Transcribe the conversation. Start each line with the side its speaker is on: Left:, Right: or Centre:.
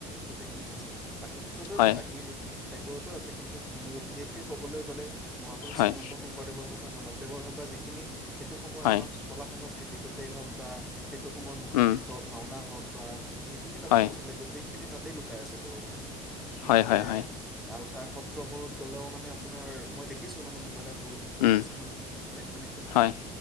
Centre: গোটেইখিনি আছে বাকী ক্ষেত্ৰতো
Left: হয়
Centre: বাকী ঠাইবোৰতো আছে কিন্তু বিশেষকৈ ক'বলৈ গ'লে মহাপুৰুষ
Left: হয়
Centre: শ্ৰীমন্ত শং শংকৰদেৱৰ হওক বা মাধৱদেৱৰ হওক বা যিখিনি সেইটো সময়ৰ
Left: হয়
Centre: আমাৰ কলা সংস্কৃতি গোটেই হওক বা সেইটো সময়ৰ মুখাশিল্প
Left: উম
Centre: ভাওনা হওক বা যিখিনি তাতে
Left: হয়
Centre: হৈছিলে গোটেইখিনি তাতে লুকাই আছে কব গলে গতিকে
Left: হয় হয় হয়
Centre: আৰু তাৰ সত্ৰবোৰত গ'লেও মানে আপোনাৰ মই দেখিছোঁ মানে মোবাইলত বহুত বহুত
Left: উম
Centre: কিছুমান ঠাইত মানে সেই
Left: হয়